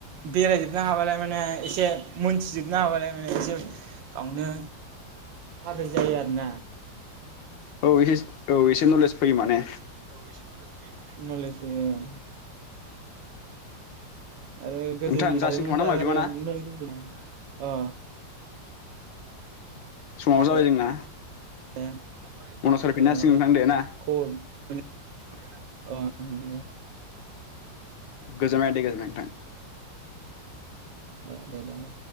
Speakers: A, on the right (about 85°); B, on the left (about 80°).
A: बेरायजोबनो हाबालाय माने एसे मोनथिजोबनो हाबालाय माने एसे गावनो पारफेक जायो आरोना।
B: औ ए औ एसे नलेज फैयो माने।
A: औ नलेज फैयो माने। नलेज फैयो औ आरो गोदोनि
B: नोंथां जासिगोन
A: जारिमिनफोरा
B: खोमा ना होमबा बिदिबा ना
A: <unintelligible> अ
B: समाबो
A: दे
B: जाबाय जोंना।
A: <unintelligible>
B: मनसर <unintelligible>
A: ओ माला
B: दे ना
A: खबर अ मोनो
B: गोजोनबाय दे गोजोनबाय नोंथां।
A: अ दे दे दे